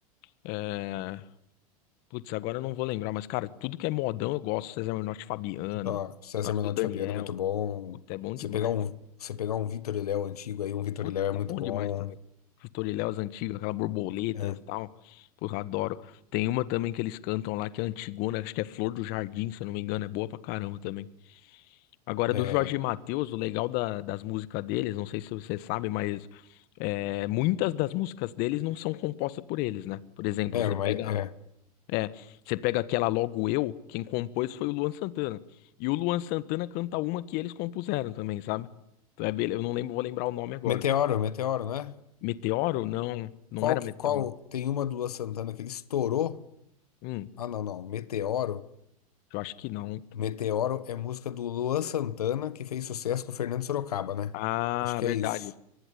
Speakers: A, on the left (about 55°); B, on the left (about 80°).
A: É... Putz, agora eu não vou lembrar, mas, cara, tudo que é modão eu gosto. César Menotti e Fabiano,
B: Ó, César
A: as
B: Menotti
A: do Daniel.
B: e Fabiano é muito bom.
A: Puta, é bom
B: Você
A: demais.
B: pegar um, você pegar um Vitor e Léo antigo aí, um Vitor
A: Puta,
B: e Léo é muito
A: é bom
B: bom.
A: demais também. Os Toriléus antigos, aquela borboletas
B: É,
A: e tal. Porra, adoro. Tem uma também que eles cantam lá que é antigona, acho que é Flor do Jardim, se eu não me engano, é boa pra caramba também. Agora,
B: é,
A: do Jorge Mateus, o legal da- das músicas deles, não sei se você sabe, mas é, muitas das músicas deles não são compostas por eles, né? Por exemplo,
B: é,
A: você
B: mas
A: pega,
B: é.
A: é, você pega aquela Logo Eu, quem compôs foi o Luan Santana. E o Luan Santana canta uma que eles compuseram também, sabe? Então é bele- Eu não lembro, vou lembrar o nome agora.
B: Meteoro, Meteoro, não é?
A: Meteoro? Não, não
B: Qual,
A: era
B: que-
A: Meteoro.
B: qual tem uma do Luan Santana que ele estourou?
A: Hum,
B: Ah, não, não. Meteoro.
A: eu acho que não.
B: Meteoro é música do Luan Santana que fez sucesso com o Fernando Sorocaba, né?
A: Ah,
B: Acho que
A: verdade.
B: é isso.